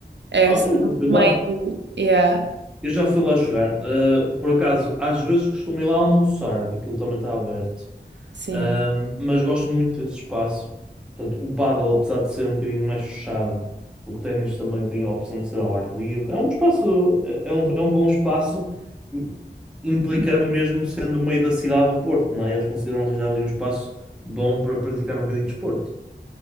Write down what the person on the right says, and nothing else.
É
assim,
meio, yeah,
sim.